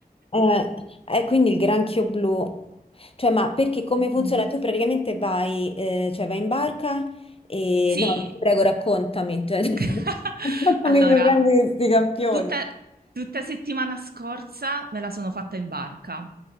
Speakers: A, on the left; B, on the right.
A: Eh, eh, quindi il granchio blu. Cioè, ma perché come
B: Sì.
A: funziona?
B: <laughs>
A: Tu praticamente vai, eh, cioè vai in barca e...
B: Sì,
A: No, ti prego, raccontami. cioè- <laughs>
B: <laughs>
A: Raccontami
B: allora,
A: come prendi questi campioni.
B: tutta, tutta settimana scorsa me la sono fatta in barca